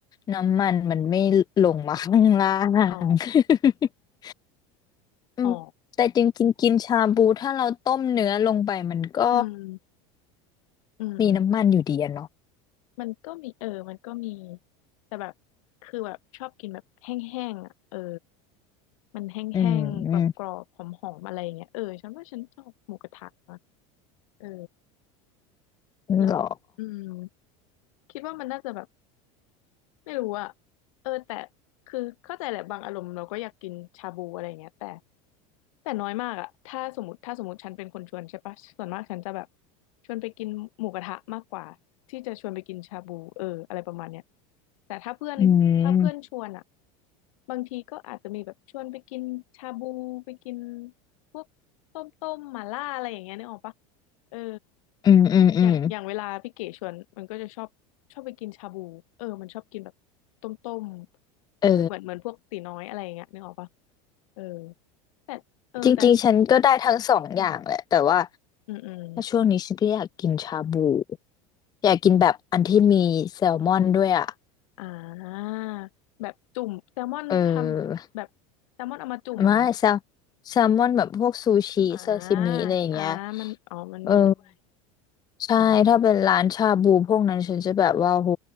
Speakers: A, on the left (about 25°); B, on the left (about 80°).
A: น้ำมันมันไม่ลงมาข้างล่า
B: อ๋อ
A: ง <laughs> อืมแต่จริงๆกินชาบูถ้าเราต้มเนื้อลงไปมันก็
B: อ๋ออืมอืม
A: มีน้ำมันอยู่ดีอะเนาะ
B: มันก็มีเออมันก็มีแต่แบบคือแบบชอบกินแบบแห้งๆอ่ะเออมันแห้งๆกรอบๆหอมๆอะไรอย่างเงี้ยเออฉันว่าฉันชอบหมูกระทะนะ
A: อืมอืม
B: เออแล้วอืม
A: หรอ
B: คิดว่ามันน่าจะแบบ ไม่รู้อะเออแต่คือเข้าใจแหละบางอารมณ์เราก็อยากกินชาบูอะไรอย่างเงี้ยแต่แต่น้อยมากอะถ้าสมมติถ้าสมมติฉันเป็นคนชวนใช่ปะส่วนมากฉันจะแบบชวนไปกินหมูกระทะมากกว่าที่จะชวนไปกินชาบูเอออะไรประมาณเนี้ยแต่ถ้าเพื่อนถ้าเพื่อนชวนอะ
A: อืม
B: บางทีก็อาจจะมีแบบชวนไปกินชาบูไปกินพวกต้มต้มหม่าล่าอะไรอย่างเงี้ยนึกออกปะเออ
A: อืมอืมอืม
B: อย่างอย่างเวลาพี่เก๋ชวนมันก็จะชอบชอบไปกินชาบูเออมันชอบกินแบบต้มต้ม
A: เออ
B: เออเหมือนเหมือนพวกตีน้อยอะไรอย่างเงี้ยนึกออกปะเออแต่เออแต่
A: จริงๆฉันก็ได้ทั้งสองอย่างแหละแต่ว่า
B: อืมอืมอืม
A: ถ้าช่วงนี้ฉันก็อยากกินชาบูอยากกินแบบอันที่มีแซลมอนด้วยอ่ะ
B: อ่าแบบจุ่มแซลมอนทำแบบแซลมอนเอามาจุ่มอ่ะนะ
A: เออไม่แซลแซลมอนแบบพวกซูชิซาซิมิอะไรอย่างเงี้ย
B: อ่าอ่ามันอ๋อมันมีด้วย
A: เออใช่ถ้าเป็นร้านชาบูพวกนั้นฉันจะแบบว่าโห
B: อืม